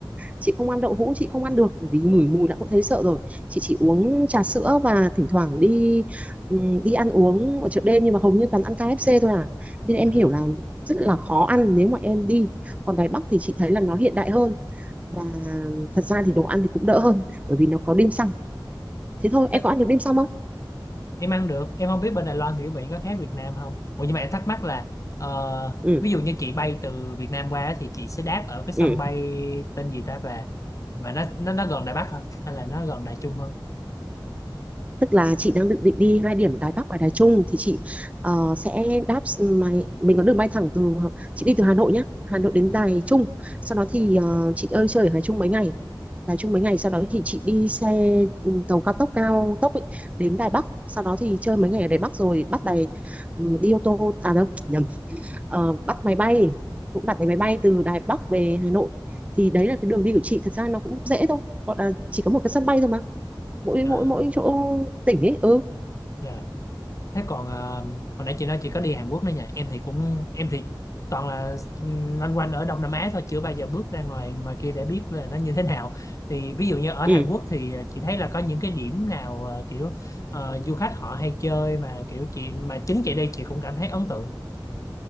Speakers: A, on the right; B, on the left.
A: chị không ăn đậu hũ chị không ăn được vì ngửi mùi đã cũng thấy sợ rồi chị chỉ uống trà sữa và thỉnh thoảng đi ừm, đi ăn uống ở chợ đêm nhưng mà hầu như toàn ăn KFC thôi à nên em
B: Ừ.
A: hiểu là rất là khó ăn nếu mà em đi còn Đài Bắc thì chị thấy là nó hiện đại hơn và thật ra thì đồ ăn thì cũng đỡ hơn bởi vì nó có dim sum thế thôi em
B: Tức,
A: có ăn được dim sum không
B: em ăn được em không biết bên Đài Loan thì quý vị có khác Việt Nam không Ủa nhưng mà em thắc mắc là ờ,
A: ừ
B: ví dụ như chị bay từ Việt Nam qua á thì chị sẽ đáp ở cái sân
A: ừ
B: bay tên gì ta về mà nó nó nó gần Đài Bắc hả hay là nó gần Đài Trung hơn
A: tức là chị đang định định đi hai điểm Đài Bắc và Đài Trung thì chị ờ, sẽ đáp s- máy mình có đường bay thẳng từ chị đi từ Hà Nội nhá Hà Nội đến Đài Trung sau đó thì ờ, chị ơi chơi ở Đài Trung mấy ngày Đài Trung mấy ngày sau đó thì chị đi xe ừ, tàu cao tốc cao tốc ấy, đến Đài Bắc sau đó thì chơi mấy ngày ở Đài Bắc rồi bắt Đài ừ, đi ô tô à đâu nhầm Ờ, bắt máy bay cũng đặt vé máy bay từ Đài Bắc về Hà Nội thì đấy là cái đường đi của chị thật ra nó cũng dễ thôi gọi là chỉ có một cái sân bay thôi mà mỗi
B: Ờ,
A: mỗi mỗi chỗ tỉnh ấy ừ
B: dạ. thế còn ờ, hồi nãy chị nói chị có đi Hàn Quốc nữa nhỉ em thì cũng em thì toàn là ừm, loanh quanh ở Đông Nam Á thôi chưa bao giờ bước ra ngoài ngoài kia để biết là nó như thế nào thì ví dụ như ở
A: Ừ,
B: Hàn Quốc thì ờ, chị thấy là có những cái điểm nào ờ, kiểu ờ, du khách họ hay chơi mà kiểu chị mà chính chị đi chị cũng cảm thấy ấn tượng